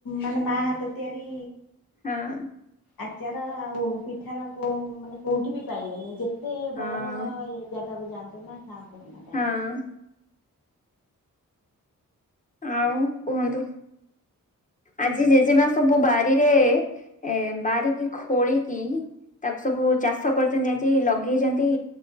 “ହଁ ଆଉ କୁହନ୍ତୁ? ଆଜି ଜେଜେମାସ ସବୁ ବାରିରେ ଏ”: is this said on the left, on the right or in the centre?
Left